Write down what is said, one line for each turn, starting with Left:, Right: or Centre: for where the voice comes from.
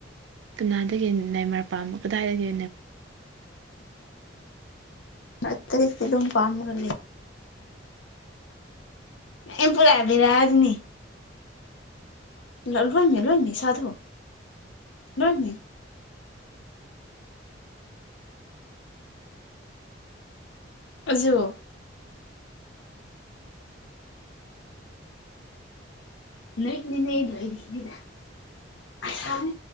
Right: ꯀꯅꯥꯗꯒꯤ ꯅꯃꯔꯝ ꯀꯗꯥꯏꯗꯒꯤ
Left: ꯑꯠꯇꯇꯩ ꯁꯔꯨꯝ ꯄꯥꯟꯒ ꯑꯝ ꯄꯨꯔꯥꯕꯤꯔꯥꯑ ꯑꯗꯨꯅꯤ ꯂꯣꯏꯃꯤ ꯂꯣꯏꯃꯤ ꯁꯥꯙꯨ ꯂꯣꯏꯃꯤ ꯑꯗꯨꯖ ꯅꯣꯏꯅꯤ ꯅ ꯂꯏꯗꯅꯤ